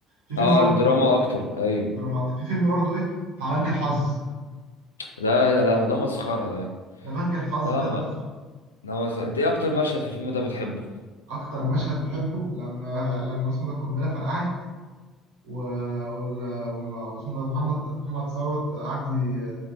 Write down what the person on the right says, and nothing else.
في فيلم
برضه
درامات في فيلم برضه ايه بتاع بنك الحظ
ده بنك الحظ
ده تحفه
اكتر مشهد بحبه لما لما اسمه ده القنبله فرقعت و... وال... وم- واسمه ده محمد محمد ثروت قعد ي-